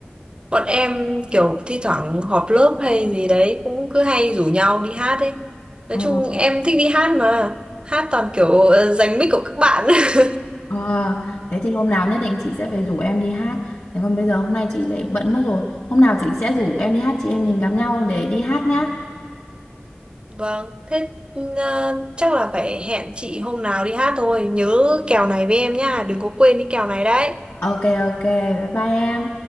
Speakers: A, on the right; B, on the left.
A: bọn em kiểu thi thoảng họp lớp hay gì đấy cũng cứ hay rủ nhau đi hát ấy nói
B: Ờ.
A: chung em thích đi hát mà hát toàn kiểu ờ, giành mic của các bạn <laughs>
B: Ờ, thế thì hôm nào nhất định chị sẽ phải rủ em đi hát. Thế còn bây giờ hôm nay chị lại bận mất rồi. Hôm nào chị sẽ rủ em đi hát, chị em mình gặp nhau để đi hát nhá.
A: Vâng, thế ờ, chắc là phải hẹn chị hôm nào đi hát thôi. Nhớ kèo này với em nhá, đừng có quên cái kèo này đấy.
B: Ok ok, bye bye em.